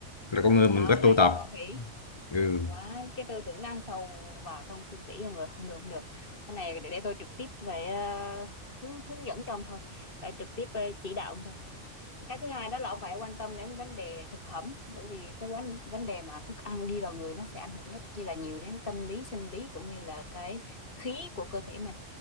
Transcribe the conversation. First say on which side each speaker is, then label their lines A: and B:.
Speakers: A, on the left; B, on the left.
A: là con người mình
B: đó
A: có
B: lại
A: tu tập
B: hơn con khỉ
A: ừ.
B: quá cái tư tưởng nó ăn sâu vào trong xương tủy ông rồi không được không được cái này để, để tôi trực tiếp về ờ, hướng hướng dẫn cho ông thôi phải trực tiếp ờ, chỉ đạo ông thôi cái thứ hai đó là ông phải quan tâm đến vấn đề thực phẩm bởi vì cái vấn vấn đề mà thức ăn đi vào người nó sẽ ảnh hưởng rất chi là nhiều đến tâm lý sinh lý cũng như là cái khí của cơ thể mình